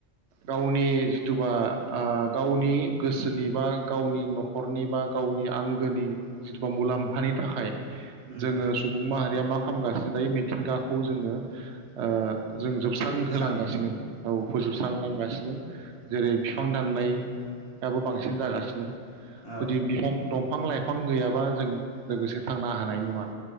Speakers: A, on the right; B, on the left.
A: गावनि जिथुुबा ओ गावनि गोसोनि बा गावनि नखरनि बा गावनि आंगोनि जिथुबा मुलाम्फानि थाखाय
B: उम
A: जोङो सुबुं माहारिया मा हामगासिनो दायो मिथिंगाखौ जोङो ओ जों जोबस्रां
B: फोजोबस्रांदों
A: होलांगासिनो औ फोजोबस्रांलांगासिनो जेरै फिफां दाननायाबो बांसिन जागासिनो
B: औ
A: जुदि बिफां दं फिफां लाइफां गैयाबा जों लोगोसे थांना हानाय नङा